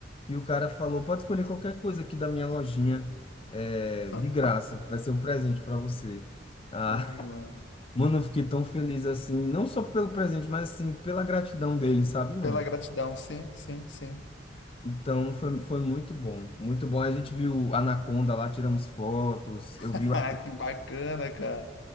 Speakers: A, on the left; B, on the left.
A: que o cara falou: pode escolher qualquer coisa aqui da minha lojinha, é, de
B: <laughs>
A: graça, vai ser um presente para você. Ah,
B: Uh,
A: <laughs>
B: mano.
A: mano, eu fiquei tão feliz assim, não só pelo presente, mas assim, pela gratidão dele, sabe, mano?
B: Pela gratidão, sim, sim, sim.
A: Então foi, foi muito bom, muito bom. A gente viu a Anaconda lá, tiramos fotos,
B: <laughs>
A: eu vi, o-
B: que bacana, cara.